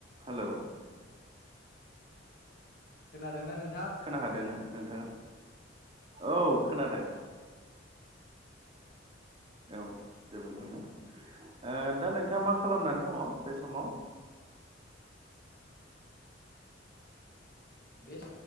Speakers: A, on the right; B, on the left.
A: Hello
B: खोनादोंना नों
A: खोनाहादोंना नोंथाङा औ खोनादों औ जोबोद मोजां ओ दा नोंथाङा मा खालामनानै दङ बे समाव
B: बेस